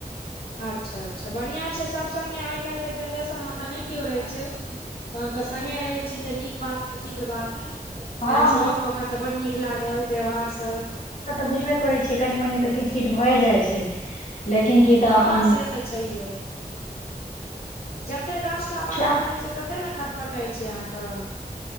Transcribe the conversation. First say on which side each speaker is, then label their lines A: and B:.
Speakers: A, on the left (about 85°); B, on the left (about 55°).
A: अच्छा अच्छा बढ़िआँ छै सभ सङ्गे आइ काल्हिके जेनरेशनमे तऽ नय केओ रहै छै तहन तऽ संगे रहै छी तऽ नीक बात खुशीके बात अहाँ
B: हँ
A: सब गप कऽ क तऽ बड नीक लागल व्यवहारसँ
B: तऽ बुझबे करै छियै कनी मनी तऽ किट कट भए जाइ छै लेकिन की तऽ
A: हँ
B: अपन
A: से तऽ छैहिेए जतेक दस टा बर्तन
B: छोड़ा
A: रहै छै ततेक ने खटपटाइत छै अहाँके